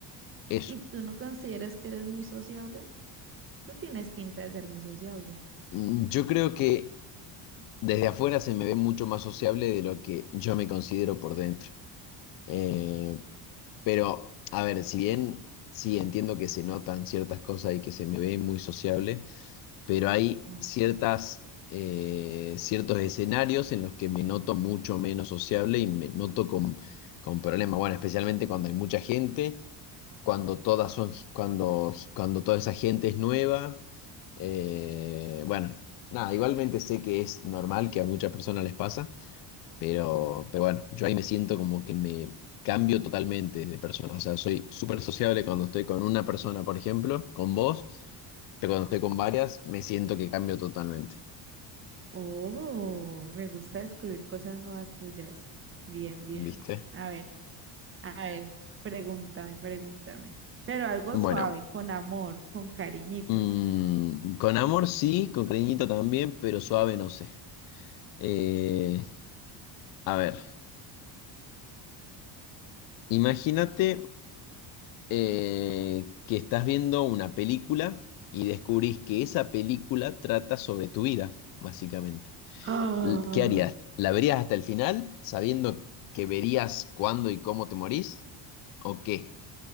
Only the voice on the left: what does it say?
Eso.
Mm, Yo creo que desde afuera se me ve mucho más sociable de lo que yo me considero por dentro. Eh, Pero, a ver, si bien sí entiendo que se notan ciertas cosas y que se me ve muy sociable, pero hay
ciertas, eh, ciertos escenarios en los que me noto mucho menos sociable y me noto con, con problemas. Bueno, especialmente cuando hay mucha gente, cuando todas son, cuando, cuando toda esa gente es nueva. eh, bueno, nada, igualmente sé que es normal que a muchas personas les pasa pero, pero bueno, yo ahí me siento como que me cambio totalmente de persona. O sea, soy súper sociable cuando estoy con una persona, por ejemplo, con vos, pero cuando estoy con varias, me siento que cambio totalmente.
¿Viste?
Bueno,
mm, con amor sí, con cariñito también, pero suave no sé. Eh, a ver, imagínate eh, que estás viendo una película y descubrís que esa película trata sobre tu vida, básicamente.
L- ¿Qué harías? ¿La verías hasta el final, sabiendo que verías cuándo y cómo te morís? ¿O qué?